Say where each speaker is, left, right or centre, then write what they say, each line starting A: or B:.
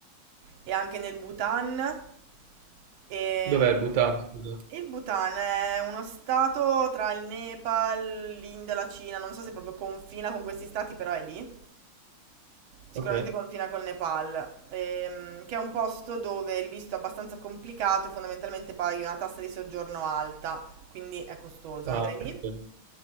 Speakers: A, on the right (about 75°); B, on the right (about 60°).
A: e anche nel Bhutan. E
B: Dov'è il Bhutan? scusa?
A: il Bhutan è uno stato tra il Nepal, l'India, la Cina, non so se proprio confina con questi stati, però è lì. Sicuramente
B: Ok.
A: confina col Nepal, ehm, che è un posto dove il visto è abbastanza complicato e fondamentalmente paghi una tassa di soggiorno alta, quindi è costoso.
B: Ah,
A: Andrei lì,
B: perfetto.